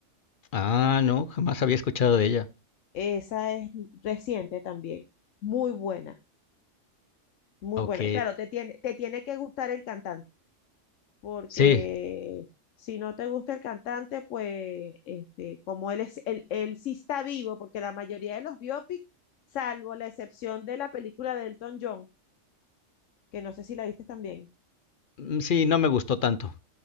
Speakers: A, on the left; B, on the left.
A: Ah, no, jamás había escuchado de ella.
B: Esa es reciente también, muy buena, muy
A: Ok.
B: buena. Claro, te tiene, te tiene que gustar el cantante, porque
A: Sí,
B: si no te gusta el cantante, pues este, como él es, él, él sí está vivo, porque la mayoría de los biopics, salvo la excepción de la película de Elton John, que no sé si la viste también.
A: mm, sí, no me gustó tanto.